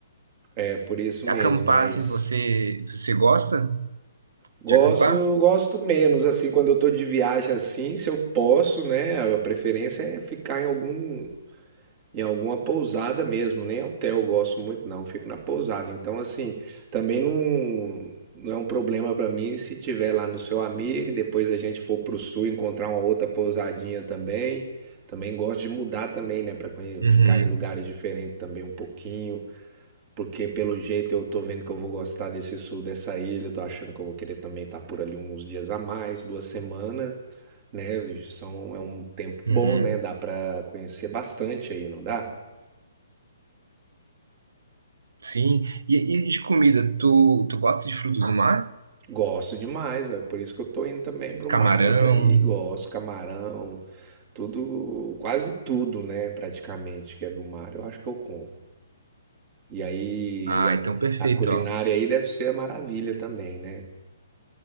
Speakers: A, on the right; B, on the right.
A: É por isso
B: E
A: mesmo,
B: acampar,
A: mas
B: assim, você, você gosta
A: Gosto,
B: de acampar?
A: gosto menos assim quando eu tô de viagem assim, se eu posso, né? A preferência é ficar em algum em alguma pousada mesmo, nem hotel eu gosto muito não, eu fico na pousada. Então assim, também não não é um problema pra mim se tiver lá no seu amigo, depois a gente for pro sul encontrar uma outra pousadinha também. Também gosto de mudar também, né, para
B: Uhum,
A: ficar em lugares diferentes também um pouquinho. Porque pelo jeito eu tô vendo que eu vou gostar desse sul dessa ilha, eu tô achando que eu vou querer também estar por ali uns dias a mais, duas semanas, né? São, é um tempo
B: uhum.
A: bom, né? Dá pra conhecer bastante aí, não dá?
B: Sim. E, e de comida, tu, tu gosta de frutos do mar?
A: Gosto demais, é por isso que eu tô indo também pro mar
B: Camarão?
A: e pra ir. Gosto, camarão, tudo, quase tudo, né? Praticamente que é do mar, eu acho que eu como. E aí
B: Ah,
A: a,
B: então perfeito,
A: a culinária
B: ó.
A: aí deve ser a maravilha também, né?